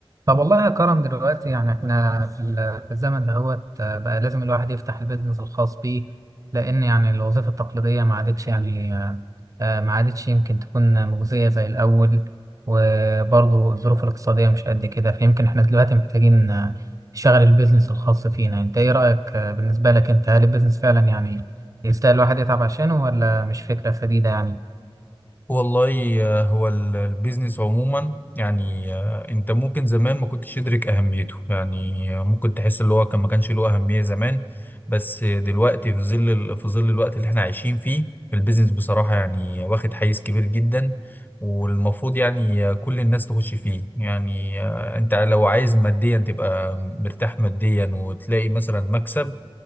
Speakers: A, on the right (about 35°); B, on the left (about 20°).
A: طب والله يا كرم دلوقتي يعني احنا في ال- في الزمن دهوت آه، بقى لازم الواحد يفتح البيزنس الخاص بيه لأن يعني الوظيفة التقليدية ما عادتش يعني آه، آه، ما عادتش يمكن تكون مجزية زي الأول وبرضه الظروف الاقتصادية مش قد كده فيمكن احنا دلوقتي محتاجين آه، نشغل البيزنس الخاص فينا انت ايه رأيك آه، بالنسبة لك انت هل البيزنس فعلا يعني يستاهل الواحد يتعب عشانه ولا مش فكرة سديدة يعني؟
B: والله آه، هو ال- البيزنس عموما يعني آه، انت ممكن زمان ما كنتش تدرك اهميته يعني آه، ممكن تحس اللي هو كان ما كانش له اهمية زمان بس آه، دلوقتي في ظل ال- في ظل الوقت اللي احنا عايشين فيه البيزنس بصراحة يعني واخد حيز كبير جدا والمفروض يعني آه، كل الناس تخش فيه يعني آه، انت لو عايز ماديا تبقى مرتاح ماديا وتلاقي مثلا مكسب